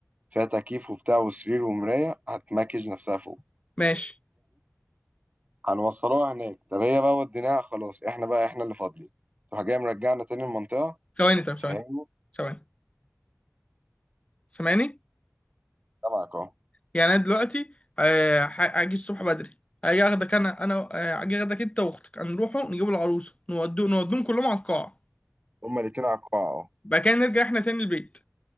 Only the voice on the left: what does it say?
ماشي
ثواني طب
ثواني ثواني سامعني
يعني انا دلوقتي آه، ح- هاجي الصبح بدري هاجي اخدك انا انا آه، هاجي اخدك انت واختك هنروحوا نجيب العروسه نودو نودوهم كلهم على القاعه
بعد كده نرجع احنا تاني البيت